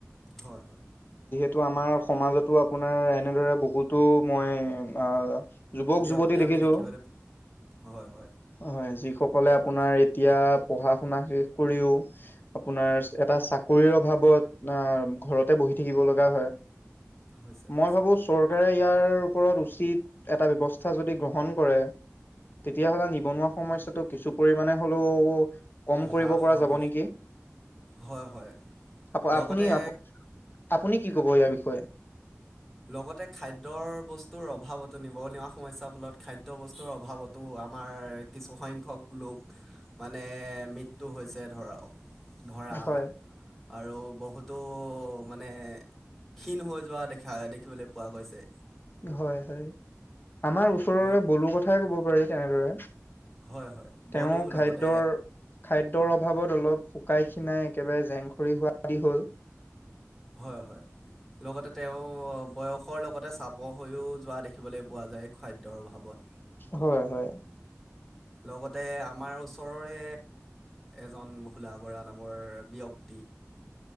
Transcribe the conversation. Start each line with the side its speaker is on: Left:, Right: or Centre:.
Centre: হয় হয়।
Left: টো আমাৰ সমাজতো আপোনাৰ এনেদৰে বহুতো মই অ যুৱক
Centre: ব্যক্তি
Left: যুৱতী দেখিছো,
Centre: আমি দেখিবলৈ প- হয় হয়
Left: হয় যি সকলে আপোনাৰ এতিয়া পঢ়া শুনা শেষ কৰিও, আপোনাৰ এটা চাকৰিৰ অভাৱ। ঘৰতে বহি থাকিব লগা হয়।
Centre: হৈছে
Left: মই
Centre: হৈছে
Left: ভাবো চৰকাৰে ইয়াৰ ওপৰত উচিত এটা ব্যৱস্থা যদি গ্ৰহণ কৰে তেতিয়াহলে নিবনুৱা সমস্যাটো কিছু পৰিমানে হ'লেও- কম কৰিব
Centre: হ্ৰাস
Left: পৰা
Centre: হ'ব
Left: যাব নেকি
Centre: হয় হয়
Left: আ
Centre: লগতে
Left: আপুনি আ আপুনি কি কব ইয়াৰ বিষয়ে
Centre: লগতে খাদ্যৰ বস্তুৰ অভাৱতো নিবনুৱা সমস্যাৰ ফলত খাদ্যয় বস্তুৰ অভাৱতো- আমাৰ কিছুসংখ্যক লোক মানে মৃত্যু হৈছে ধৰক ধৰা
Left: হয়,
Centre: আৰু বহুতো মানে ক্ষীণ হৈ যোৱা দেখা দেখিবলৈ পোৱা গৈছে।
Left: হয় হয় আমাৰ ওচৰৰে
Centre: ব
Left: বলো কথাই কব পাৰি তেনেদৰে
Centre: হয় হয় বলো
Left: তেওঁ
Centre: লগতে
Left: খাদ্যৰ খাদ্যৰ অভাৱত অলপু শুকাই খিনাই একেবাৰে জেংখৰি হোৱা দি হ'ল
Centre: হয় হয় লগতে তেওঁ বয়সৰ লগতে চ প হৈও যোৱা দেখিবলৈ পোৱা যায়। খাদ্যৰ অভাৱত।
Left: হয় হয়
Centre: লগতে আমাৰ ওচৰৰে এজন ভোলা বৰা নামৰ ব্যক্তি
Left: <unintelligible>